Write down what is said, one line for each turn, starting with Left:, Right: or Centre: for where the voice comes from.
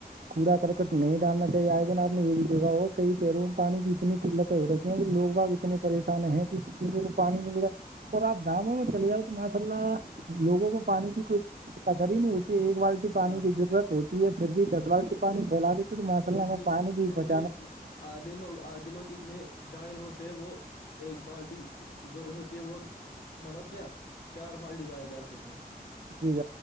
Right: کوڑا کرکٹ نہیں ڈالنا چاہیے آئے دن آپ نے یہ جگہ اور کئی شہروں میں پانی کی اتنی قلتیں ہو رکی ہیں کہ لوگ باگ اتنے پریشان ہیں کہ پینے کو پانی نہیں م رہا اور آپ ڈاموں میں چلے جاؤ تو ماشاء اللہ لوگوں کو پانی کی کوئی قدر ہی نہیں ہوتی ایک وال پانی
Left: ہاں ہاں
Right: کی ضرورت ہوتی ہے پھر بھی دس بال کی پانی پھیلا دیتے تو ماشاء
Left: پھر
Right: اللہ میں پانی بھی
Left: پھر
Right: بچ
Left: بھی آدھے لوگ آدھے لوگ اتنے جائل ہوتے ہیں وہ ایک بالٹی ضرورت ہوتی ہے وہ مطلب کیا چار بالٹی ضایا کرتے تھے
Right: جی ج